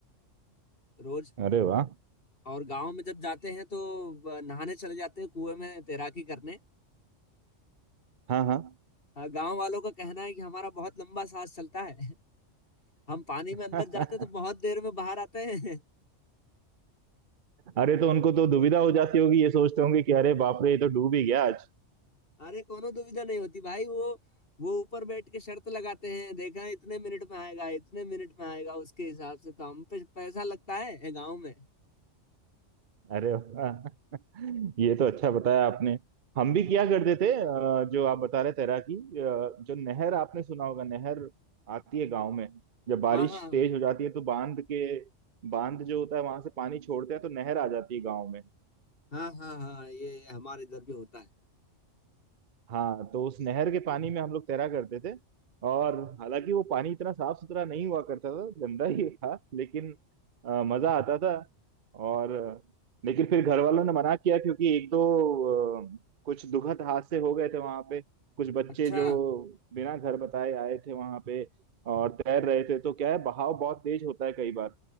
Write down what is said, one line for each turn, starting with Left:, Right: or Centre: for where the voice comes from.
Left: रोज
Right: अरे वाह
Left: और गांव में जब जाते हैं तो अ, नहाने चले जाते हैं कुएं में तैराकी करने
Right: हाँ हाँ
Left: अ, गांव वालों का कहना है कि हमारा बहुत लंबा सांस चलता है <laughs> हम पानी
Right: <laughs>
Left: में अंदर जाते हैं तो बहुत देर में बाहर आते हैं
Right: अरे तो उनको तो दुविधा हो जाती होगी ये सोचते होंगे कि अरे बाप रे ये तो डूब ही गया आज
Left: अरे कोनो दुविधा नहीं होती भाई वो वो ऊपर बैठ के शर्त लगाते हैं देखा इतने मिनट में आएगा इतने मिनट में आएगा उसके हिसाब से तो हम पे पैसा लगता है गांव में
Right: अरे वाह ये तो अच्छा बताया आपने हम भी क्या करते थे अ, जो आप बता रहे तैराकी अ, जो नहर आपने सुना होगा नहर आती है गांव में जब बारिश
Left: हाँ हाँ
Right: तेज हो जाती है तो बांध के बांध जो होता है वहां से पानी छोड़ते हैं तो नहर आ जाती है गांव में
Left: हाँ हाँ हाँ हाँ, ये हमारे इधर भी होता है
Right: हाँ तो उस नहर के पानी में हम लोग तैरा करते थे और हालांकि वो पानी इतना साफ सुथरा नहीं हुआ करता था गंदा ही था लेकिन अ, मजा आता था और अ, लेकिन फिर घर वालों ने मना किया क्योंकि एक दो अ, कुछ दुखद हादसे हो गए थे वहां पे कुछ बच्चे
Left: अच्छा
Right: जो बिना घर बताए आए थे वहां पे और तैर रहे थे तो क्या है बहाव बहुत तेज होता है कई बार